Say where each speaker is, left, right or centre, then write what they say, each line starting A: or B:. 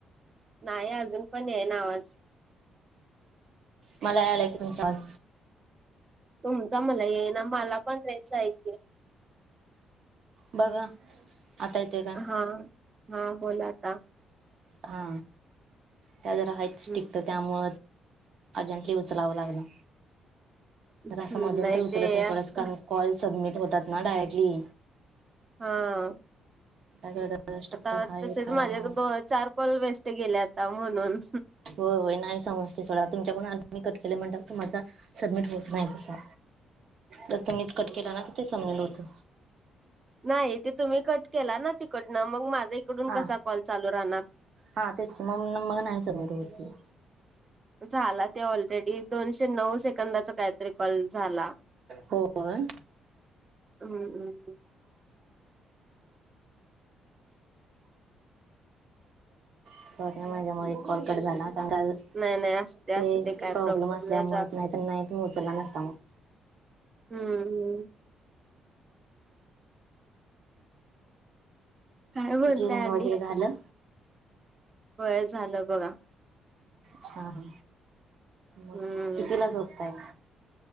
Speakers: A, on the right (about 35°); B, on the right (about 65°).
A: नाही अजून पण येयना आवाज.
B: मला यालाय की तुमचा आवाज.
A: तुमचा मला येयना. मला पण रेज हाय की.
B: बघा आता येतोय का?
A: हा हा बोला आता.
B: हा त्या जरा हायच
A: हम्म
B: स्ट्रीट त्यामुळ अर्जेंटली उचलावं लागला.
A: हम्म
B: तर असं मधून तर उचलत
A: ते
B: नाही
A: अस
B: सोडाच. कारण कॉल सबमिट होतात ना डायरेक्टली.
A: हा.
B: <unintelligible>
A: आता
B: हाय
A: तसेच
B: त्यामुळं
A: माझ्या दो चार कॉल वेस्ट गेले आता. म्हणून.
B: होय होय नाही समजते सोडा. तुमच्याकडून आलय मी कट केले म्हणल्यावर तुम्हाचा सबमिट होत नाही तसा. जर तुम्हीच कट केला ना तर ते सबमिट होत.
A: नाही ते तुम्ही कट केला ना तिकडनं. मग माझा इकडून
B: हा
A: कसा कॉल चालू राहणार.
B: हा तेच की. म मग नाही सबमिट होत ते.
A: झाला तो ऑलरेडी. दोनशे नऊ सेकंदाचा काहीतरी कॉल झाला.
B: होय
A: हम्म्म.
B: सॉरी ह. माझ्या मुळ एक कॉलकट झाला. पण काय झा
A: नाही नाही असू दे असू
B: ते
A: दे काय
B: प्रॉब्लेम असल्यामुळे.
A: नाही जा
B: नाहीत नाही उचलला नसता मग.
A: हम्म हम्म. काय म्हणताय
B: जेवण
A: आणि
B: वगैरे झालं?
A: होय झालं बघा.
B: हा हा. मग
A: हम्म
B: कितीला झोपताय?